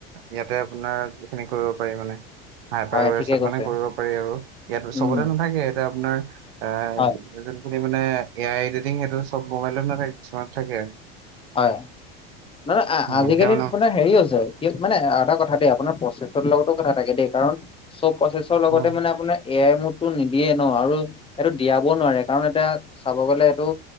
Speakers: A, on the right (about 80°); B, on the left (about 20°).
A: ইয়াতে আপোনাৰ এইখিনি কৰিব পাৰি মানে। হাইপাৱাৰ
B: হয়
A: ৱেচত
B: ঠিকে কৈছে
A: মানে কৰিব পাৰি আৰু ইয়াত
B: উম
A: চবতে নাথাকে, এতিয়া আপোনাৰ এ
B: হয়
A: এটো কুতি মানে, এ আই এডিটিং সেইটো চব মোবাইলত নাথাকে, কিছুমান থাকে।
B: হয়, মানে আ
A: উম
B: আজিকালি
A: এতিয়া মানে
B: আপোনাৰ হেৰি হৈছে কিয় মানে এটা কথা দেই আপোনাৰ প্ৰচেছৰ লগতো কথা থাকে দেই, কাৰণ চব প্ৰচেছৰ লগতে
A: উম।
B: মানে আপোনাৰ এ আই মুড টো নিদিয়ে ন, আৰু এইটো দিয়াবও নোৱাৰে কাৰণ এতিয়া চাব গলে এইটো